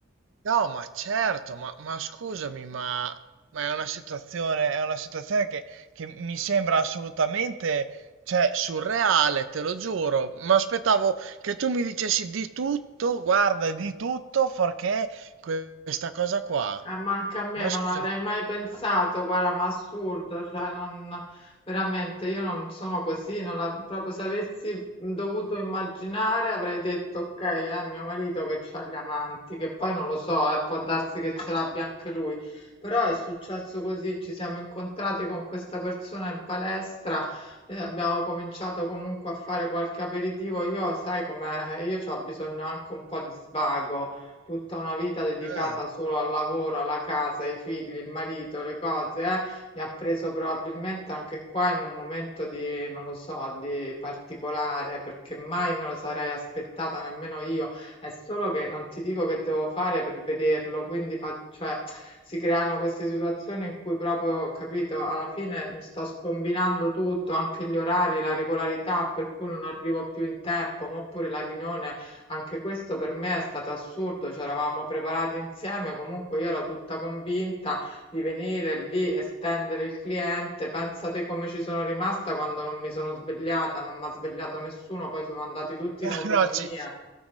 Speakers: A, on the right (about 70°); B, on the left (about 30°).
A: no, ma certo, ma, ma scusami, ma, ma è una situazione, è una situazione che, che mi sembra assolutamente, cioè, surreale, te lo giuro. Ma aspettavo che tu mi dicessi di tutto, guarda, di tutto, perché que- questa cosa qua.
B: Eh, ma anche a me
A: Ma
B: non
A: scusami,
B: avrei mai pensato, guarda, ma assurdo, cioè non, veramente io non sono così, non la- proprio se avessi dovuto immaginare avrei detto ok, è mio marito che c'ha gli amanti, che poi non lo so, eh, può darsi che ce l'abbia anche lui, però è successo così, ci siamo incontrati con questa persona in palestra, eh, abbiamo cominciato comunque a fare qualche aperitivo, io sai com'è, eh, io ho bisogno anche un po' di svago tutta una vita dedicata
A: certo.
B: solo al lavoro, alla casa, ai figli, il marito, le cose, eh, mi ha preso probabilmente anche qua in un momento di, non lo so, di particolare, perché mai me lo sarei aspettata nemmeno io. È solo che non ti dico che devo fare per vederlo, quindi fa- cioè, si creano queste situazioni in cui proprio, capito, alla fine mi sto scombinando tutto, anche gli orari, la regolarità, per cui non arrivo più in tempo, ma oppure la riunione anche questo per me è stato assurdo, c'eravamo preparati insieme, comunque io ero tutta convinta di venire lì e stendere il cliente. Pensate come ci sono rimasta quando non mi sono svegliata, non mi ha svegliato nessuno, poi sono andati tutti
A: <laughs> Ma
B: in autonomia.
A: no, ci,